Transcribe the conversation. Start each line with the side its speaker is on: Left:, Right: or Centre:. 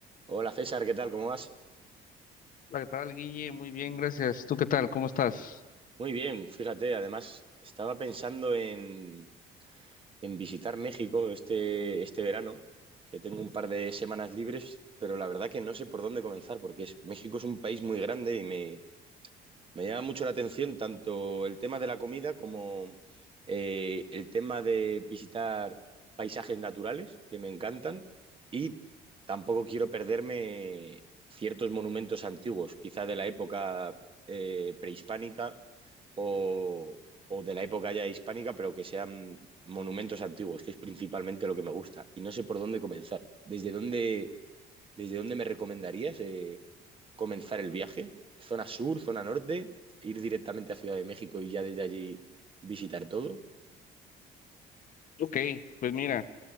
Right: Hola César, ¿qué tal? ¿Cómo vas?
Left: Hola, ¿qué tal, Guille? Muy bien, gracias. ¿Tú qué tal? ¿Cómo estás?
Right: Muy bien, fíjate, además estaba pensando en, en visitar México este, este verano, que tengo un par de semanas libres, pero la verdad que no sé por dónde comenzar, porque es- México es un país muy grande y me, me llama mucho la atención tanto el tema de la comida como eh, el tema de visitar paisajes naturales, que me encantan, y tampoco quiero perderme ciertos monumentos antiguos, quizá de la época eh, prehispánica o, o de la época ya hispánica, pero que sean monumentos antiguos, que es principalmente lo que me gusta. Y no sé por dónde comenzar. ¿Desde dónde, desde dónde me recomendarías eh, comenzar el viaje? ¿Zona sur, zona norte? ¿Ir directamente a Ciudad de México y ya desde allí visitar todo?
Left: Ok, pues mira,